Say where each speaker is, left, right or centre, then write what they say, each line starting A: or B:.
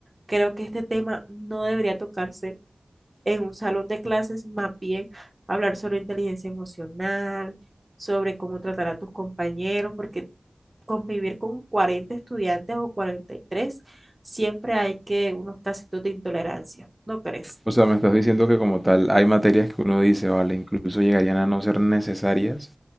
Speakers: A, on the right; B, in the centre.
A: creo que este tema no debería tocarse en un salón de clases, más bien hablar sobre inteligencia emocional, sobre cómo tratar a tus compañeros, porque convivir con 40 estudiantes o 43 siempre hay que unos casitos de intolerancia, ¿no crees?
B: O sea, me estás diciendo que como tal hay materias que uno dice, vale, incluso llegarían a no ser necesarias